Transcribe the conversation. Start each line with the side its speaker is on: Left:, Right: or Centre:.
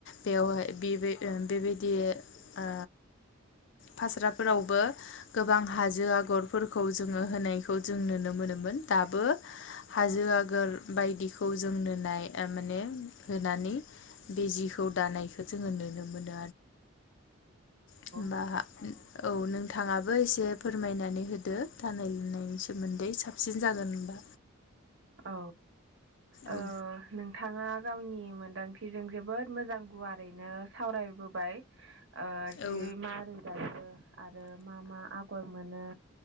Left: बेयावहाय बे बेबा बे ओ। फास्राफोरावबो गोबां हाजो आगरफोरखौ जोङो होनायखौ जों नुनो मोनोमोन दाबो हाजो आगोर बायदि खौ जों नुनाय माने होनानै बे जिखौ दानायखौ जोङो नुनो मोनो।
Right: <inaudible>
Left: होनबा
Right: औ
Left: औ नोंथाङाबो एसे फोरमायनानै होदो। दानाय लुनायनि सोमोन्दै साबसिन जागोन होन
Right: औ ओह
Left: औ
Right: नोंथाङा गावनि मोनदांथिजों जोबोद मोजां गुवारैनो सावराय नुबोबाय ओह जेरै
Left: औ
Right: मारै गायो आरो मा मा आगर मोनो?